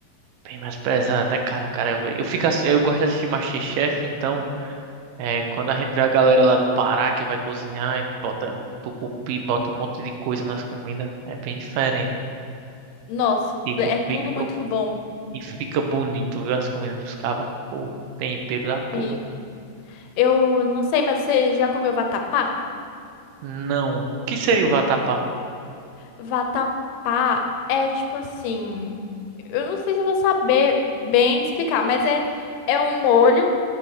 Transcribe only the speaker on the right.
bem mais pesado, né, cara? Cara, eu fico, ass- eu gosto de assistir MasterChef, então é quando a gente vê a galera lá do Pará que vai cozinhar e bota tucupi, bota um monte de coisa nas comidas, é bem diferente, né?
Tipo,
fica
e fica bonito, viu? As comidas dos cabas. Pô, tempero da porra.
Não. O que seria o vatapá?